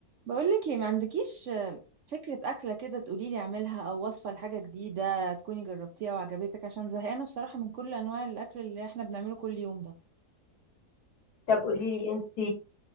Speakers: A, on the right; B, on the left.
A: بقولك ايه ما عندكيش فكرة أكلة كده تقوليلي اعملها أو وصفة لحاجة جديدة تكوني جربتيها وعجبتك عشان زهقانة بصراحة من كل أنواع الأكل اللي احنا بنعمله كل يوم ده
B: طب قولي لي انت